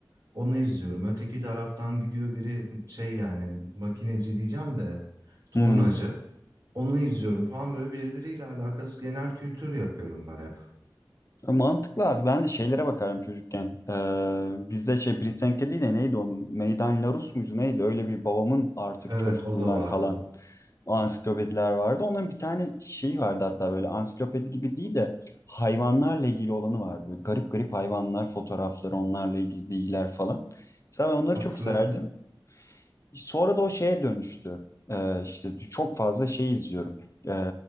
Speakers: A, on the right; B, on the left.
A: Onu izliyorum. Öteki taraftan gidiyor biri şey yani makineci diyeceğim de tornacı.
B: Hmm.
A: Onu izliyorum falan böyle birbiriyle alakası genel kültür yapıyorum ben hep.
B: E, Mantıklı abi. Ben de şeylere bakarım çocukken. Ee, bizde şey Britannica değil de neydi onun? Meydan Larus muydu neydi? Öyle bir babamın artık
A: Evet
B: çocukluğundan
A: o da vardı.
B: kalan o ansiklopediler vardı. Onların bir tane şeyi vardı hatta böyle ansiklopedi gibi değil de hayvanlarla ilgili olanı vardı. Böyle garip garip hayvanlar, fotoğrafları, onlarla ilgili bilgiler falan. Mesela ben onları
A: Hatırladım.
B: çok severdim. Sonra da o şeye dönüştü. Ee, işte çok fazla şey izliyorum. Ee,